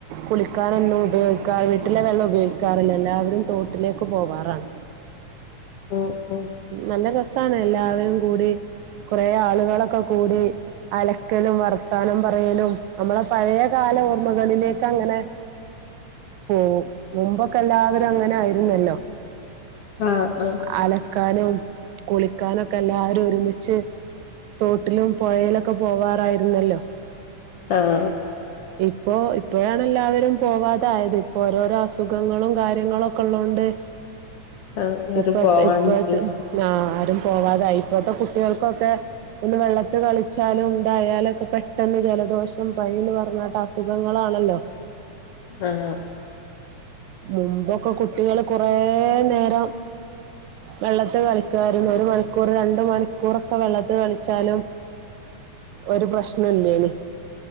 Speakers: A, on the right (about 75°); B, on the left (about 65°).
A: കുളിക്കാനൊന്നും ഉപയോഗിക്കാ വീട്ടിലെ വെള്ളം ഉപയോഗിക്കാറില്ല എല്ലാവരും തോട്ടിലേക്ക് പോവാറാണ്
B: ഉം ഉം
A: നല്ല രസാണ് എല്ലാവരും കൂടി കൊറെ ആളുകളൊക്കെ കൂടി അലക്കലും വർത്താനം പറയലും നമ്മളെ പഴെയ കാല ഓർമ്മകളിലേക്ക് അങ്ങനെ പോവും മുമ്പൊക്കെ എല്ലാവരും അങ്ങനായിരുന്നല്ലോ
B: ആഹ് ആഹ്
A: അലക്കാനും കുളിക്കാനും ഒക്കെ എല്ലാരും ഒരുമിച്ച് തോട്ടിലും പൊഴയിലൊക്കെ പോവാറായിരുന്നല്ലോ
B: ആഹ്
A: ഇപ്പോ ഇപ്പോഴാണ് എല്ലാവരും പോവാതൊയത് ഇപ്പോ ഓരോരോ അസുഖങ്ങളും കാര്യങ്ങളൊക്കെ ഉള്ളോണ്ട്
B: ആഹ്
A: ഇപ്പഴത്തെ
B: ആരും പോവാണ്ടില്ല
A: ഇപ്പഴത്തെ ആഹ് ആരും പോവാതായി ഇപ്പത്തെ കുട്ട്യോൾക്കൊക്കെ ഒന്ന് വെള്ളത്തി കളിച്ചാലും ഇതായാലൊക്കെ പെട്ടെന്ന് ജലദോഷം പനിന്ന് പറ പറ്ഞ്ഞിട്ട് അസുഖങ്ങളാണല്ലോ
B: ആഹ്
A: മുമ്പൊക്കെ കുട്ടികള് കൊറേ നേരം വെള്ളത്ത് കളിക്കാര്ന്നു ഒര് മണി ക്കൂറ് രണ്ട് മണിക്കൂറൊക്കെ വെള്ളത്ത് കളിച്ചാലും ഒരു പ്രശ്നു ഇല്ലേനി